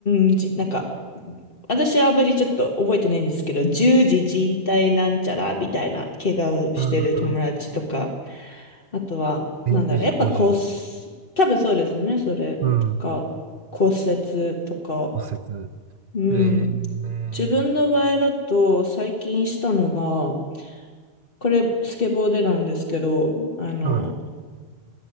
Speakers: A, on the left; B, on the right.
A: うんじなんか、私はあまりちょっと覚えてないんですけど、十字靭帯なんちゃらみたいな怪我をしてる友達とか、
B: ああ、
A: あとは、
B: そ年じゅう10時、
A: なんだろう、やっぱ骨、
B: 工10時。
A: 多分そうですね、それとか、
B: うん、
A: 骨折とか、
B: 骨折。
A: うん。
B: ええー、
A: 自分の場合だと、最近したのが、これ、スケボーでなんですけど、あの、
B: うん。